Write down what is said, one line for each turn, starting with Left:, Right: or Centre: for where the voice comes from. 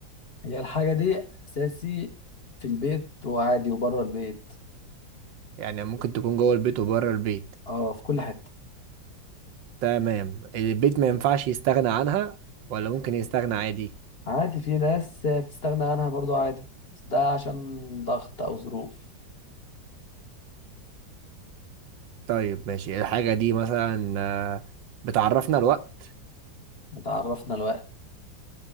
Left: هي الحاجة دي اساسي في البيت وعادي وبره البيت
Right: يعني ممكن تكون جوه البيت وبره البيت
Left: اه في كل حتة
Right: تمام البيت ما ينفعش يستغنى عنها ولا ممكن يستغنى عادي
Left: عادي في ناس بتستغنى عنها برضو عادي بس ده عشان ضغط او ظروف
Right: طيب ماشي الحاجه دي مثلا آه، بتعرفنا الوقت
Left: تعرفنا الوقت